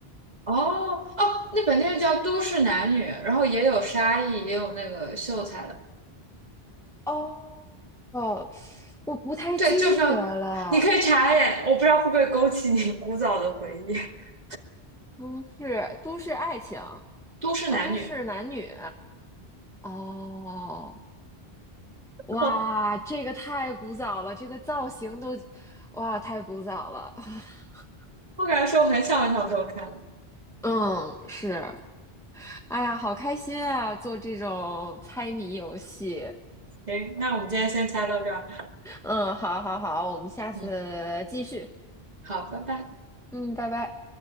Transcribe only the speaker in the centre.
哦哦，我不太记得了，
不是都市爱情
啊，都市男女。哦，哇，
这个太古早了，这个造型都，哇，太古早了。<laughs>
嗯，是，哎呀，好开心啊，做这种猜谜游戏。
嗯，好，好，好，我们下次继续。
嗯，拜拜。